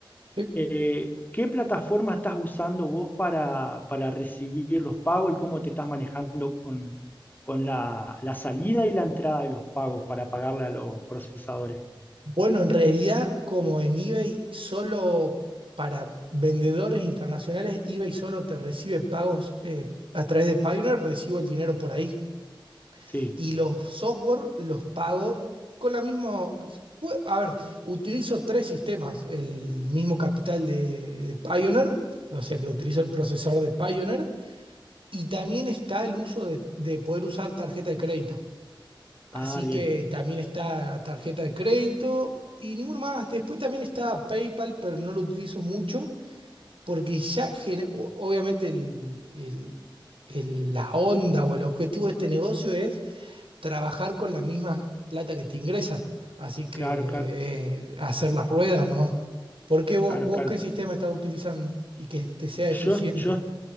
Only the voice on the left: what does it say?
eh, ¿qué plataforma estás usando vos para, para recibir los pagos y cómo te estás manejando con, con la, la salida y la entrada de los pagos para pagarle a los procesadores?
Sí.
Ah, bien.
Claro, claro,
claro,
claro.
Yo, yo